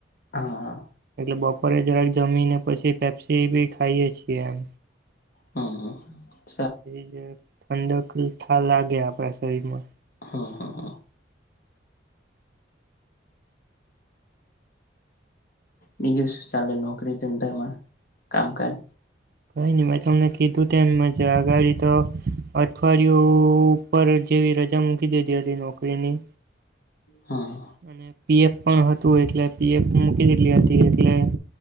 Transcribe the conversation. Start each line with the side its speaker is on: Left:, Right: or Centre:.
Left: હા હા.
Right: એટલે બપોરે જરાક જમીને પછી પેપ્સી બી ખાઈએ છીએ એમ.
Left: હા હા.
Right: પછ જ ઠંડક થા લાગે આપડા શરીર માં.
Left: હમ હમ હમ. બીજું શું ચાલે નોકરી ધંધામાં કામકાજ.
Right: કઈ નહી મેં તમને કીધું ટાઈમમાં છે આગાડી તો અઠવાડિયું ઉપ જેવી રજા મૂકી દીધી હતી નોકરીની
Left: હા
Right: અને. પીએફ પણ હતું એટલે પીએફ મૂકી દટલી હતી એટલે